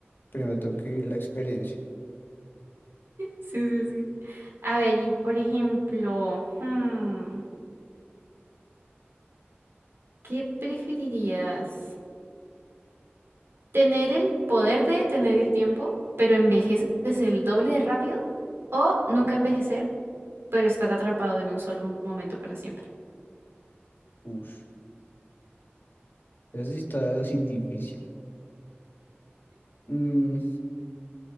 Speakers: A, on the left (about 55°); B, on the right (about 65°).
A: Primero tengo que vivir la experiencia.
B: Sí, sí, sí. A ver, y por ejemplo, hmm, ¿qué preferirías? Tener el poder de detener el tiempo, pero envejeces el doble de rápido, o nunca envejecer, pero estar atrapado en un solo momento para siempre.
A: Ush. Eso sí está así difícil. Mm,